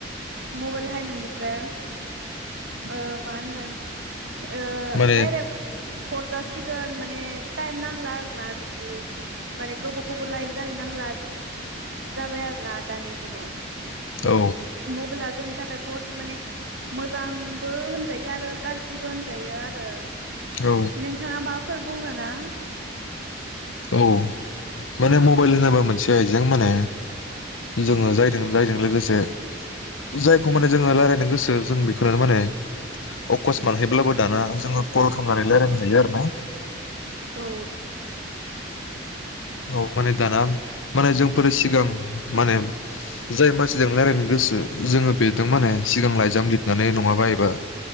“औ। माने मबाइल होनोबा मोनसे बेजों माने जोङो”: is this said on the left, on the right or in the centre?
Left